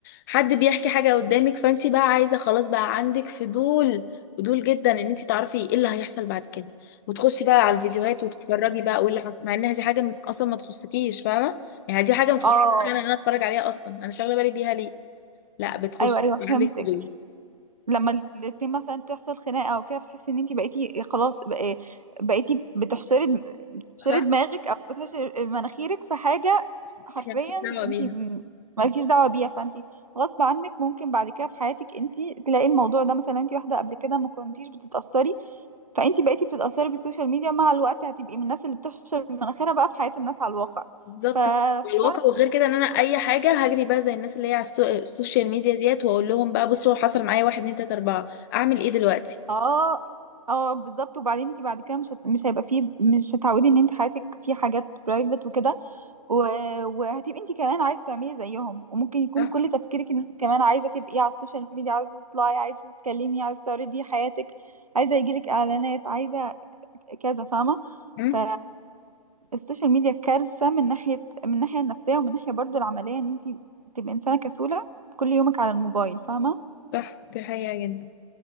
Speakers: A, on the left; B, on the right.
A: حد بيحكي حاجه قدامك فانت بقى عايزه خلاص بقى عندك فضول فضول جدا ان انت تعرفي ايه اللي هيحصل بعد كده وتخشي بقى على الفيديوهات وتتفرجي بقى وايه اللي حصل مع انها دي حاجه م- اصلا ما تخصكيش فاهمه يعني دي حاجه ما تخصكيش
B: اه
A: انا ان انا اتفرج عليها اصلا انا شاغله بالي بيها ليه لا بتخشي
B: ايوه ايوه
A: عندك
B: فهمتك
A: فضول
B: لما الاتنين مثلا تحصل خناقه او كده بتحسي ان انت بقيتي خلاص بق- بقيتي بتحشري دم- بتحشري
A: صح
B: دماغك او بتحشري مناخيرك في حاجه
A: انت
B: حرفيا
A: مالكيش دعوه
B: انت
A: بيها
B: م- مالكيش دعوه بيها فانت غصب عنك ممكن بعد كده في حياتك انت تلاقي الموضوع ده مثلا انت واحده قبل كده ما كنتيش بتتاثري فانت بقيتي بتتاثري بالسوشيال ميديا مع الوقت هتبقي من الناس اللي بتحشر مناخيرها بقى في حياه الناس على الواقع
A: بالظبط
B: ف- ففعلا
A: كده. على الواقع وغير كده ان انا اي حاجه هجري بقى زي الناس اللي هي على السو- السوشيال ميديا ديت واقول لهم بقى بصوا حصل معايا واحد اتنين تلاته اربعه اعمل ايه دلوقتي
B: اه اه بالظبط وبعدين انت بعد كده مش هت... مش هيبقى فيه مش هتعودي ان انت حياتك في حاجات برايفت وكده و... وهتبقي انت كمان عايزه تعملي زيهم وممكن يكون
A: صح
B: كل تفكيرك ان انت كمان عايزه تبقي على السوشيال ميديا عايزه تطلعي عايزه تتكلمي عايزه تعرضي حياتك عايزه يجيلك اعلانات عايزه كذا فاهمه
A: أم؟
B: ف السوشيال ميديا كارثه من ناحيه من الناحيه النفسيه ومن ناحيه برضو العمليه ان انت تبقي انسانه كسوله كل يومك على الموبايل فاهمه
A: صح دي حقيقه جدا